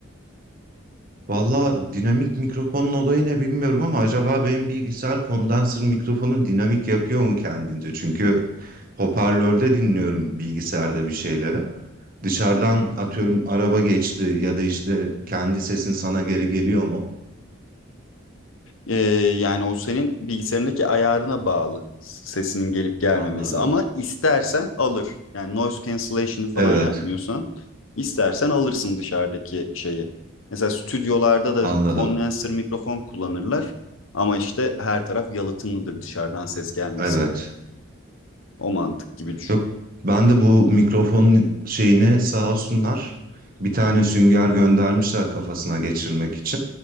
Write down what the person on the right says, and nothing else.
Valla dinamik mikrofonun olayı ne bilmiyorum ama acaba benim bilgisayar kondansör mikrofonu dinamik yapıyor mu kendince? Çünkü hoparlörde dinliyorum bilgisayarda bir şeyleri. Dışarıdan
atıyorum araba geçti ya da işte kendi sesin sana geri geliyor mu?
Anladım.
Evet,
anladım.
Evet.
Yok ben de bu mikrofonun şeyini sağ olsunlar bir tane sünger göndermişler kafasına geçirmek için.